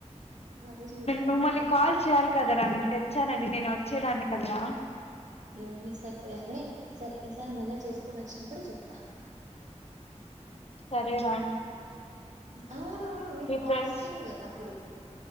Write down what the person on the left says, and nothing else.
నువ్వు మళ్ళి
కాల్
చేయాలి కదరా నేను తెచ్చానంని నేను వ వచ్చేదాన్ని కదరా
సరేదా
ఫ్రెండ్స్